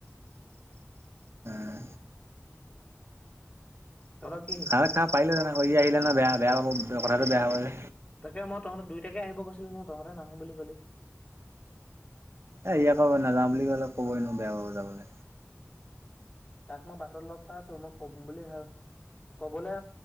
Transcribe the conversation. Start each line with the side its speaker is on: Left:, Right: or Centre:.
Right: অ
Left: তহঁতৰ কি
Right: হ খা পাইিল যান <unintelligible> অ ই আহিলে ন বেয়া বেয়া পাব কথাটো বেয়া হব্ যে
Left: তাকে মই তহঁতৰ দুইটাকে আহিব কৈছিলো নহয় তহঁতে নাহোম বুলি কলি।
Right: এ ই য়াক নাযাওঁ বুলি কলে কবই নো বেয়া বাব যাবলে
Left: তাক মই বাটত লগ পাই আছো মই কব বুলি ভাল কবলৈ